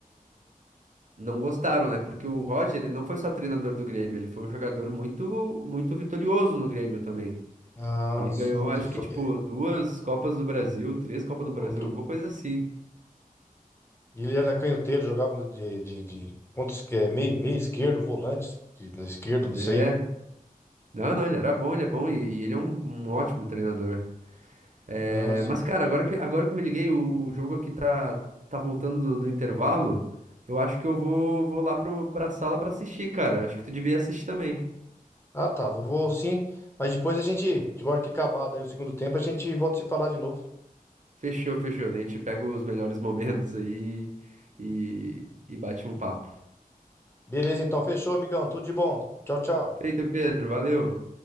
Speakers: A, on the right; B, on the left.
A: não gostaram, né? Porque o Roger, ele não foi só treinador do Grêmio, ele foi um jogador muito, muito vitorioso no Grêmio também.
B: Ah,
A: Ele
B: sim,
A: ganhou,
B: ele
A: acho
B: foi.
A: que, tipo,
B: é,
A: duas Copas do Brasil, três Copas do
B: o
A: Brasil,
B: compro-
A: alguma coisa assim.
B: Ele era canhoteiro, jogava no- de, de, de ponta esquerda, meio, meio esquerdo, volante, de, na esquerda,
A: É.
B: não sei, né?
A: Não, não, ele era bom, ele é bom e, e ele é um um ótimo treinador. É,
B: Ah, sim.
A: mas, cara, agora que, agora que eu me liguei, o, o jogo aqui tá, tá voltando do, do intervalo. Eu acho que eu vou, vou lá pro, pra sala pra assistir, cara. Acho que tu devia assistir também.
B: Ah, tá, vou, vou sim. Mas depois a gente, de hora que acabar daí o segundo tempo, a gente volta a se falar de novo.
A: Fechou, fechou. Daí a gente pega os melhores momentos aí e, e bate um papo.
B: Beleza, então, fechou, amigão. Tudo de bom. Tchau, tchau.
A: Feito, Pedro. Valeu.